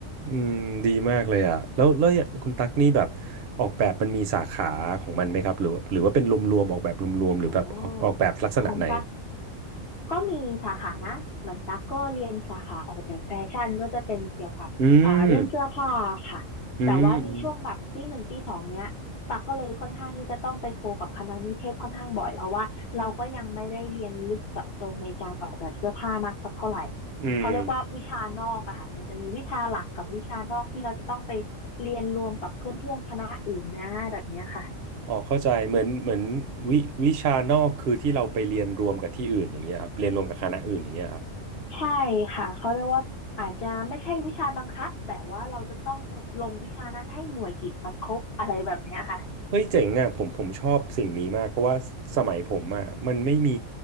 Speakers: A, on the right (about 55°); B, on the left (about 55°).
A: อืมดีมากเลยอ่ะแล้วแล้วอย่างคุณตั๊กนี่แบบออกแบบมันมีสาขาของมันไหมครับหรือว่าหรือว่าเป็นรวมๆออกแบบรวมๆหรือแบบออกออกแบบลักษณะไหน
B: อ๋อของตั๊ก ก็มีสาขานะเหมือนตั๊กก็เรียนสาขาออกแบบแฟชั่นก็จะเป็นเกี่ยวกับอ่าเรื่องเสื้อผ้าค่ะแต่ว่าในช่วงแบบปีหนึ่งปีสองเนี้ยตั๊กก็เลยค่อนข้างที่จะต้องไปโคกับคณะนิเทศค่อนข้างบ่อยเพราะว่าเราก็ยังไม่ได้เรียนลึกเจาะจงในการออกแบบเสื้อผ้ามากสักเท่าไหร่
A: อืมอืมอืมอืม
B: เขาเรียกว่าวิชานอกอะค่ะมันจะมีวิชาหลักกับวิชานอกที่เราจะต้องไปเรียนรวมกับเพื่อนๆคณะอื่นนะแบบเนี้ยค่ะ
A: อ๋อเข้าใจเหมือนเหมือนวิวิชานอกคือที่เราไปเรียนรวมกับที่อื่นอย่างเงี้ยครับเรียนรวมกับคณะอื่นอย่างเงี้ยครับ
B: ใช่ค่ะเขาเรียกว่าอาจจะไม่ใช่วิชาบังคับแต่ว่าเราจะต้องลงวิชานั้นให้หน่วยกิตมันครบอะไรแบบเนี้ยค่ะ
A: เฮ้ยเจ๋งอ่ะผมผมชอบสิ่งนี้มากเพราะว่าสมัยผมอ่ะมันไม่มี